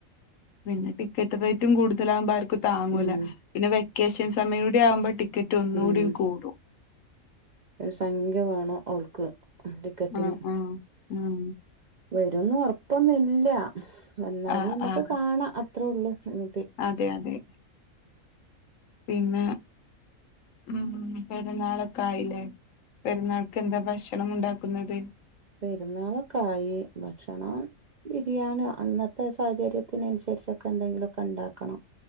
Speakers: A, on the left; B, on the right.
A: പിന്നെ ടിക്കറ്റ് റൈറ്റും കൂടുതലാവുമ്പം ആർക്കും താങ്ങൂല.
B: ഉം
A: പിന്നെ വെക്കേഷൻ സമയൂടി ആവുമ്പം ടിക്കറ്റ് ഒന്നൂടിം
B: ഉം
A: കൂടും.
B: ഒരു സംഖ്യ വാണം ഓൽക്ക് ടിക്കറ്റിന്.
A: ആഹ് ആഹ് ഉം
B: വരുംന്ന് ഒർപ്പൊന്നുല്ല വന്നാല്
A: ആഹ്
B: നമ്മക്ക്
A: ആഹ്
B: കാണാം അത്രൊള്ളൂ ഉം.
A: അതെ അതെ. പിന്നെ. ഉം പെരുന്നാളൊക്കായിലേ പെരുന്നാൾക്ക് എന്താ ഭക്ഷണമുണ്ടാക്കുന്നത്.
B: പെരുന്നാളൊക്കായി ഭക്ഷണം. ബിരിയാണ്യോ അന്നത്തെ സാഹചര്യത്തിനൻസര്ച്ചൊക്കെ എന്തെങ്കിലൊക്കെണ്ടാക്കണം.